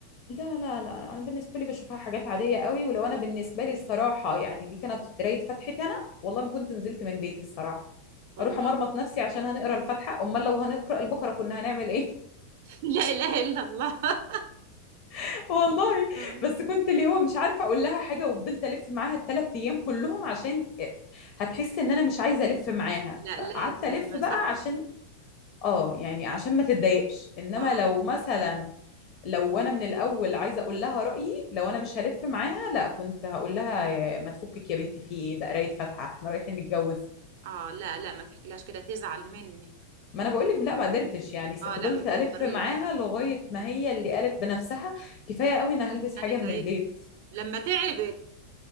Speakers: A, on the left; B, on the right.
A: لا لا لا انا بالنسبه لي بشوفها حاجات عاديه قوي ولو انا بالنسبه لي الصراحه يعني دي كانت قرايه فتحتي انا والله ما كنت نزلت من بيتي الصراحه
B: والله
A: اروح امرمط نفسي عشان هنقرا الفاتحه امال لو هنقرا البقره كنا هنعمل ايه
B: <laughs> لا إله إلا الله <laughs>
A: <laughs> والله
B: آه.
A: بس كنت اللي هو مش عارفه اقول لها حاجه وفضلت الف معاها الثلاث ايام كلهم عشان هتحس ان انا مش عايزه الف معاها
B: لا
A: فقعدت
B: لازم
A: الف
B: ما
A: بقى
B: صاحبك
A: عشان اه يعني عشان ما تتضايقش انما
B: اه
A: لو مثلا لو انا من الاول عايزه اقول لها رايي لو انا مش هلف معاها لا كنت هقول لها يا- ما تفكك يا بنتي في ايه ده قرايه فاتحه احنا رايحين نتجوز
B: اه لا لا ما تحكيلهاش كده تزعل منك
A: ما انا بقول لك لا ما قدرتش يعني فضلت
B: اه لا ما تقدريش
A: الف معاها
B: لا
A: لغايه ما هي اللي قالت بنفسها كفايه قوي انا هلبس حاجه
B: أنا تعبت
A: من البيت
B: لما تعبت